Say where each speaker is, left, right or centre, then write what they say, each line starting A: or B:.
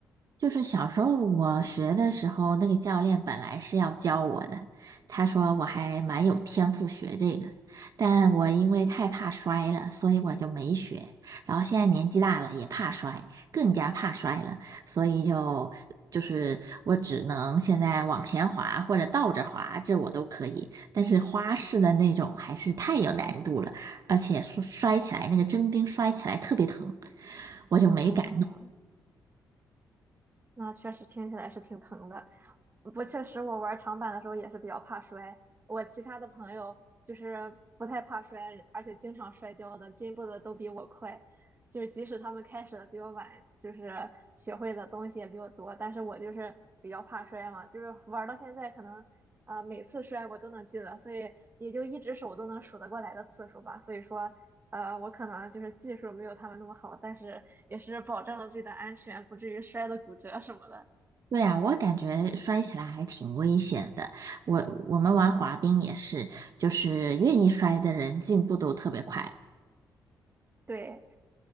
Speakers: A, on the right; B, on the right.
A: 就是小时候我学的时候，那个教练本来是要教我的，他说我还蛮有天赋学这个，但我因为太怕摔了，所以我就没学。然后现在年纪大了，也怕摔，更加怕摔了，所以就就是我只能现在往前滑或者倒着滑，这我都可以，但是花式的那种还是太有难度了，而且摔摔起来那个真冰摔起来特别疼，我就没敢。
B: 啊。那确实听起来是挺疼的。不过确实，我玩长板的时候也是比较怕摔。我其他的朋友就是不太怕摔，而且经常摔跤的，进步的都比我快。就是即使他们开始的比我晚，就是学会的东西也比我多，但是我就是比较怕摔嘛，就是玩到现在可能呃每次摔我都能记得，所以也就一只手都能数得过来的次数吧。所以说呃，我可能就是技术没有他们那么好，但是也是保证了自己的安全，不至于摔得骨折什么的。
A: 对啊，我感觉摔起来还挺危险的。我我们玩滑冰也是，就是愿意摔的人进步都特别快。
B: 对，